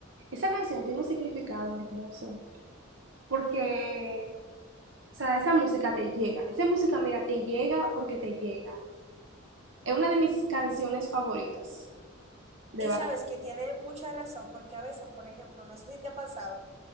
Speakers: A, on the right (about 60°); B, on the right (about 30°).
A: esa canción tiene un significado hermoso porque, o sea, esa música te llega. Esa música, mira, te llega porque te llega. Es una de mis canciones favoritas de
B: Y
A: Bad
B: sabes que tiene mucha razón, porque a veces, por ejemplo, no sé si te ha pasado,